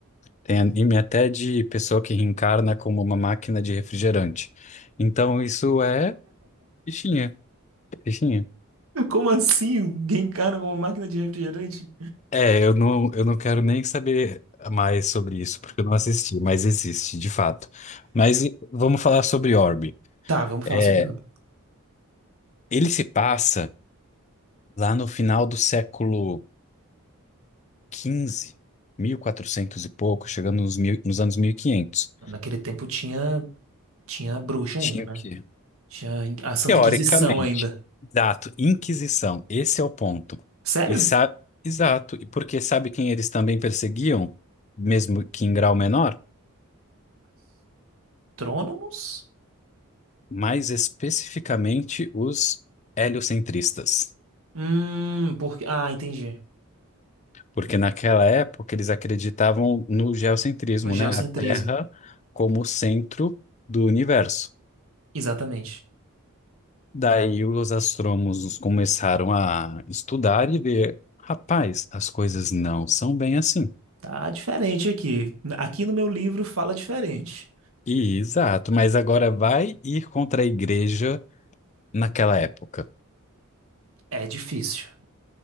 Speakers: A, on the left (about 30°); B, on the right (about 70°).
A: Tem anime até de pessoa que reencarna como uma máquina de refrigerante. Então isso é fichinha, fichinha.
B: <laughs> Como assim? Genkana com uma máquina de refrigerante?
A: É, eu não, eu não quero nem saber mais sobre isso, porque eu não assisti, mas existe, de fato. Mas e- vamos falar sobre Orbe.
B: Tá, vamos
A: É,
B: falar sobre Orbe.
A: ele se passa lá no final do século XV, 1400 e quatrocentos e pouco, chegando nos, mil, nos anos 1500.
B: Naquele tempo tinha, tinha bruxa
A: Tinha
B: ainda, né?
A: o quê?
B: Tinha a Santa
A: Teoricamente.
B: Inquisição ainda.
A: Exato, Inquisição, esse é o ponto.
B: Sério?
A: E sa- Exato, e porque sabe quem eles também perseguiam, mesmo que em grau menor?
B: Astrônomos?
A: mais especificamente os heliocentristas,
B: Hum, porque. Ah, entendi.
A: porque naquela época eles acreditavam no geocentrismo,
B: No geocentrismo.
A: né? A Terra como centro do universo.
B: Exatamente.
A: Daí os astrônomos começaram a estudar e ver, rapaz, as coisas não são bem assim.
B: Tá diferente aqui. Aqui no meu livro fala diferente.
A: E, exato, mas agora vai ir contra a igreja naquela época.
B: É difícil.